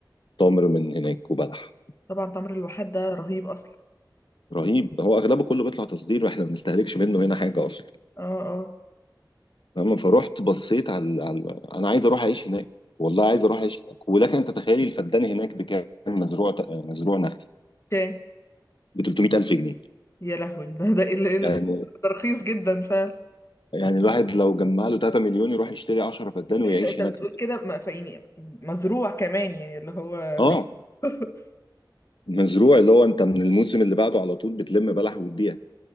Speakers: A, on the left; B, on the left.
A: تمر من هناك وبلح
B: طبعا تمر الواحات ده رهيب اصلا
A: رهيب هو اغلبه كله بيطلع تصدير واحنا ما بنستهلكش منه هنا حاجه اصلا
B: اه اه
A: فاهم فروحت بصيت على, على انا عايز اروح اعيش هناك والله عايز اروح اعيش هناك ولكن انت تخيلي الفدان هناك بكام مزروع مزروع نخل
B: كان
A: ب 300000 جنيه
B: يا لهوي ده ده ال- ال-
A: يعني
B: ده رخيص جدا فعلا
A: يعني الواحد لو جمع له 3 مليون يروح يشتري 10 فدان ويعيش
B: انت انت
A: هناك
B: بتقول كده ما- فيعني مزروع كمان يعني اللي هو
A: اه
B: بخير <laughs>
A: مزروع اللي هو انت من الموسم اللي بعده على طول بتلم بلح وتبيع